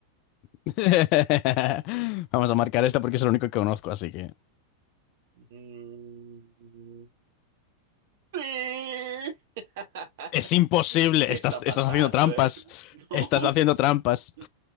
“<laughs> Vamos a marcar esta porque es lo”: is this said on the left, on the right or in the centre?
Left